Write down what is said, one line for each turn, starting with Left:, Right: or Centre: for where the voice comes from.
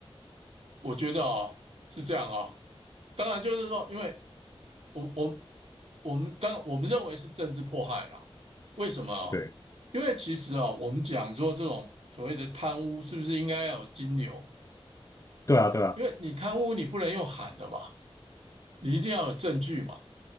Right: 我觉得哦是这样哦，当然就是说，因为我我我们当我们认为是政治迫害啦，为什么啊？
Left: 对，
Right: 因为其实啊，我们讲说这种所谓的贪污，是不是应该要有金流？
Left: 对啊，对啊，
Right: 因为你贪污，你不能用喊的嘛，你一定要有证据嘛。